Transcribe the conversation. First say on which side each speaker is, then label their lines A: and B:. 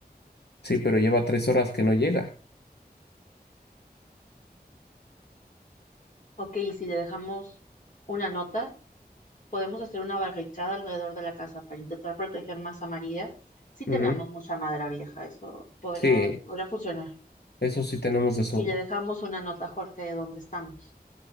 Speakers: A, on the left (about 85°); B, on the left (about 50°).
A: Sí, pero lleva tres horas que no llega.
B: Ok, y si le dejamos una nota, podemos hacer una barricada alrededor de la casa para intentar proteger más a María. Si tenemos
A: Ujú.
B: mucha madera vieja, eso podría,
A: Sí,
B: podría funcionar.
A: eso sí tenemos de sobra.
B: Y le dejamos una nota a Jorge de dónde estamos.